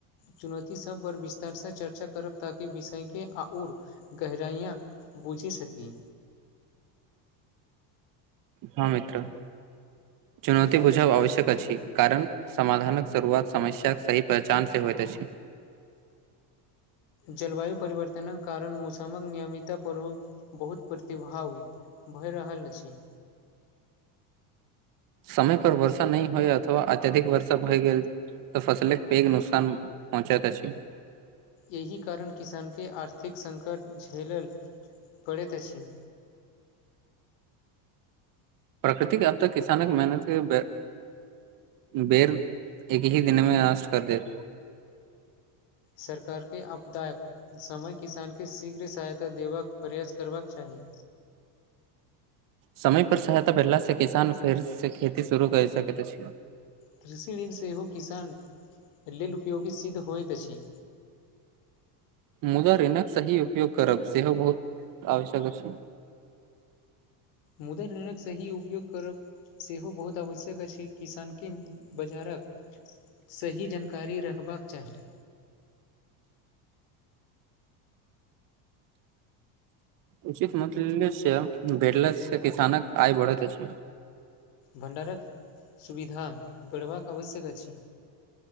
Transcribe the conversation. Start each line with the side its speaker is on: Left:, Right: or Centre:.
Left: चुनौती सभ पर विस्तारसँ चर्चा करब ताकि विषयके आओर गहराइय बूझि सकी
Right: हँ मित्र चुनौती बुझ आवश्यक अ छी कारण समाधानक शुरुआत समस्याक सही पहचान से होयइत अछि
Left: जलवायु परिवर्तनक कारण मौसमक नियमित प्रभ बहुत प्रतिभाव होइ भए रहल अछि
Right: समय पर वर्षा नहि होइ अथवा अत्यधिक वर्षा भए गेल तऽ फसल एक पैघ नुकसान पहुँचइत अछि
Left: एहि कारण किसानके आर्थिक सङ्कट झेलल पड़ैत अछि
Right: प्रकृतिक आब तऽ किसान के मेहनत के बेर एक ही दिन मे नष्ट कर देत
Left: सरकारके आपदायक समय किसानकेँ शीघ्र सहायता देबाक प्रयास करबाक चाही
Right: समय पर सहायता भेटला स किसान फेर से खेती शुरू कर सकैत छै
Left: कृषि ऋण सेहो किसान लेल उपयोगी सिद्ध होइत अछि
Right: मुदा रऋनक स ही उपयोग करब सेहोहो बहुत आवश्यक छै
Left: मुद्र ऋणक सही उपयोग करब सेहो बहुत आवश्यक अछि किसानके बाजारक सही जानकारी रहबाक चाही
Right: उचित मूते से भेटले से किसानक आय बढ़त छै
Left: भण्डारक सुविधा बढ़बाक आवश्यक अछि